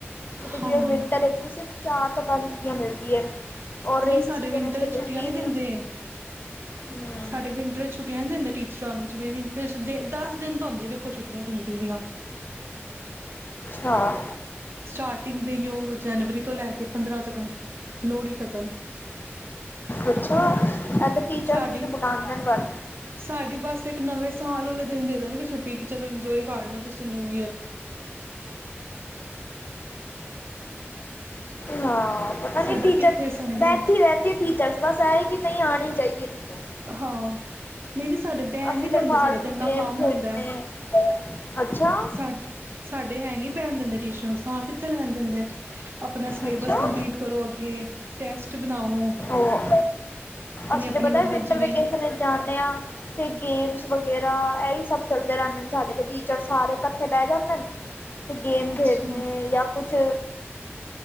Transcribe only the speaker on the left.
ਜਿਵੇਂ ਵਿੰਟਰ ਵਿੱਚ ਵੀ ਸਿਰਫ ਚਾਰ ਤੋਂ ਪੰਜ ਛੁਟੀਆਂ ਮਿਲਦੀ ਹੈ ਔਰ ਰੇਨੀ
ਸੀਜ਼ਨ
ਇਸ ਤੇ ਮਿਲਦੀ
ਹਮ
ਹਾਂ
ਅੱਛਾ ਇਹ ਤੇ ਟੀਚਰਸ
ਨੂੰ ਤੇ ਬੁਲਾਉਂਦੇ ਨੇ ਪਰ
ਨਾ ਪਤਾ
ਨੀ ਟੀਚਰਸ
ਬੈਠੀ ਰਹਿੰਦੇ ਟੀਚਰਸ ਬਸ ਐ ਕਿ ਨਹੀਂ ਆਣੀ ਚਾਹੀਦੀ ਟੀਚਰਸ।
ਅਸੀਂ
ਫਾਲਤੂ
ਗੇਮ
ਖੇਡਣੇ
ਅੱਛਾ
ਅੱਛਾ
ਉਹ ਅਸੀਂ
ਪਤਾ
ਵਿੰਟਰ
ਵੇਕੇਸ਼ਨ ਜਾਂਦੇ ਆ ਤੇ ਗੇਮਸ ਵਗੈਰਾ ਇਹੀ ਸਭ ਚਲਦੇ ਰਹਿੰਦੇ ਨੇ ਸਾਡੇ ਟੀ ੜ ਸਾਰੇ ਇਕੱਠੇ ਬਹਿ ਜਾਂਦੇ ਨੇ ਗੇਮ
ਖੇਡਣੇ ਯਾ ਕੁਛ